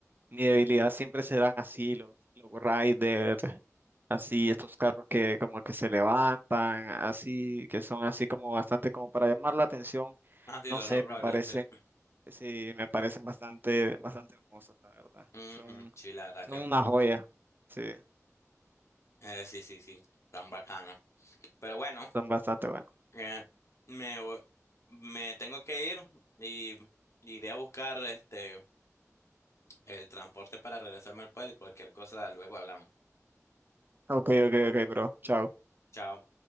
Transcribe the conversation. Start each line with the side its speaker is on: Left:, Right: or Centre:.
Right: mi debilidad siempre serán así, los, los riders, así estos carros que como que se levantan, así, que son así como bastante como para llamar la atención.
Left: Ah, sí,
Right: No
Left: los
Right: sé,
Left: Love
Right: me parecen,
Left: Riders, sí.
Right: sí, me parecen bastante, bastante hermosos, la verdad.
Left: Ujú,
Right: Son,
Left: sí, la verdad
Right: son
Left: que.
Right: una joya. Sí,
Left: eh, sí, sí, sí. Tan bacano. Pero bueno,
Right: son bastante buenos.
Left: eh, me, voy- me tengo que ir y iré a buscar este el transporte para regresarme al pueblo y cualquier cosa luego hablamos.
Right: Ok, ok, ok, bro. Chao.
Left: Chao.